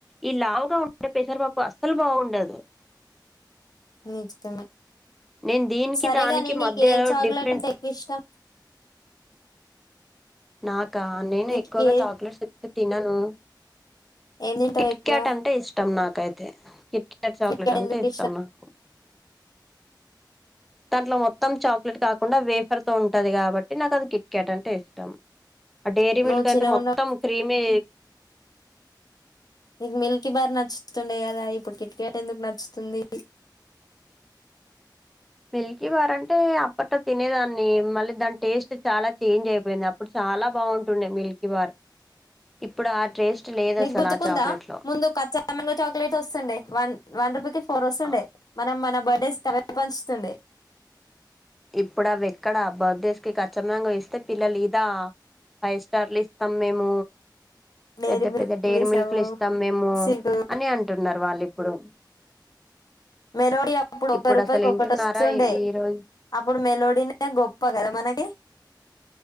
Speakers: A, in the centre; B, on the left (about 55°).
A: ఈ లావుగా ఉండే పెసర పప్పు అస్సలు బాగుండదు
B: నిజమే
A: నేను దీనికి
B: సరేగాని
A: దానికి
B: నీకు
A: మధ్యలో
B: ఏ చాక్లెట్
A: డిఫరెంట్
B: అంటే ఎక్కువ ఇష్టం
A: నాకు కా నేను
B: నీకు
A: ఎక్కువగా
B: ఏ
A: చాక్లెట్స్ తినను
B: ఏం తింటావు
A: కిట్క్యాట్
B: ఎక్కువ
A: అంటే ఇష్టం నాకు యితే ట్ట్ చాక్లెట్
B: కిట్ క్యాట్
A: అంటే
B: ఎందుకు
A: ఇష్టం నాకు దాంట్లో మొత్తం చాక్లెట్ కాకుండా వేఫర్ తో ఉంటది కాబట్టి నాకు అది కిట్ క్యాట్ అంటే ఇష్టం ఆ డైయిరీ
B: నువ్వు
A: మిల్క్
B: చిన్నగున్నప్
A: అయితే మొత్తం క్రీమి
B: నీకు మిల్కీ బార్ నచ్చుస్తుండే కదా ఇప్పుడు కిట్ క్యాట్ ఎందుకు నచ్చుతుంది
A: మీల్ వారంటే అప్పట్ తినేదాన్ని మళ్ళీ దాని టేస్ట్ చాలా చేంజ్ అయిపోయింది అప్పుడు చాలా బాగుంటుండే మిల్కీ బార్ ఇప్పుడు ఆ టేస్ట్ లేదు
B: నీకు
A: అసలు
B: గుర్తుకుందా
A: ఆ చాక్లెట్ లో
B: ముందు కచ్చా మంగ చాక్లెట్ వస్తుండే వన్ వన్ రూపీకిి ఫోర్ వస్తుండే
A: ఆ,
B: మనం మనం బర్త్డేస్ పంచుతుండే
A: ఇప్పుడు అవి ఎక్కడా బర్త్డేస్ కి కచ్చ మాంగో ఇస్తే పిల్లలు ఇదా ఫైవ్ స్టార్లు ఇస్తాం మేము
B: నేరుమిిర్క్్లిసవు
A: పెద్ద పెద్ద డైరీ మిల్క్లు ఇస్తాం మేము
B: సిగు
A: అని అంటున్నారు వాళ్ళు ఇప్పుడు
B: మెలోడీ అప్పుడు
A: ఇప్పుడు
B: ఒక రూపాయికి
A: అసలు వింటున్నారా
B: ఒకటి వస్తుండే
A: ఈ ఈ రోజు
B: అప్పుడు మెలోడీనే గొప్ప కదా మనకి